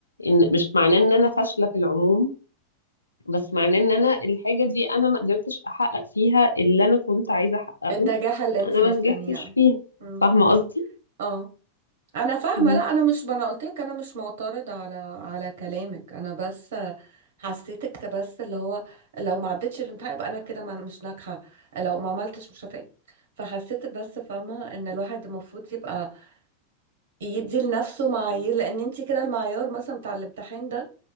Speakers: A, on the left; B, on the right.
A: ان مش معناه ان انا فاشله في العموم بس معناه ان انا الحاجه دي انا ما قدرتش احقق فيها اللي انا كنت عايزه احققه
B: النجاح اللي انت
A: انا
B: مستنياه
A: ما نجحتش فيها
B: مم.
A: فاهمه قصدي
B: اه انا فاهمة
A: مم.
B: لا انا مش ما انا قلت لك انا مش معترضة على على كلامك انا بس حسيتك بس اللي هو لو ما عدتش الامتحان يبقى انا كده ما- مش ناجحة لو ما عملتش مش هفاق فحسيت بس فاهمة ان الواحد المفروض يبقى يدي لنفسه معايير لان انت كده المعيار مثلا بتاع الامتحان ده